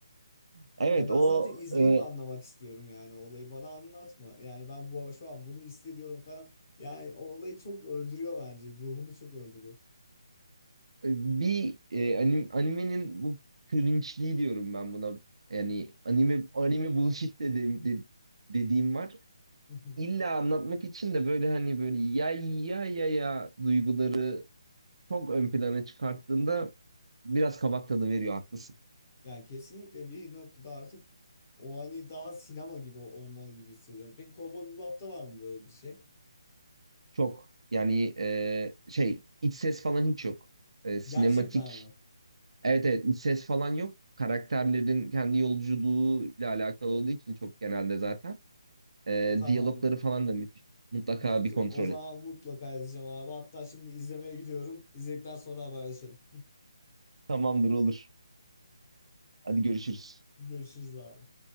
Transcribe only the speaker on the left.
Ya ben
zaten izleyip
anlamak istiyorum yani olayı bana anlatma. Yani ben bu şu an bunu hissediyorum falan. Yani o olayı çok öldürüyor bence. Ruhunu çok öldürüyor.
<laughs>
Yani kesinlikle bir noktada artık o hani daha sinema gibi ol- olmalı gibi hissediyorum. Peki Cowboy Bebop'ta var mı böyle bir şey?
Gerçekten mi?
Tamam.
Mut,
o zaman
mutlaka izleyeceğim abi. Hatta şimdi izlemeye gidiyorum. İzledikten sonra haberleşelim.
<laughs> Görüşürüz abi.